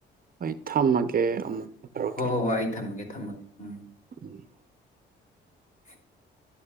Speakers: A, on the right; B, on the left.
A: ꯑꯩ ꯊꯝꯃꯒꯦ ꯑꯃꯨꯛ ꯇꯧꯔꯛꯀꯦ
B: ꯍ ꯍ ꯍ ꯑꯩ ꯊꯝꯃꯒꯦ ꯊꯝꯃꯛ ꯎꯝ
A: ꯎꯝ
B: <inaudible>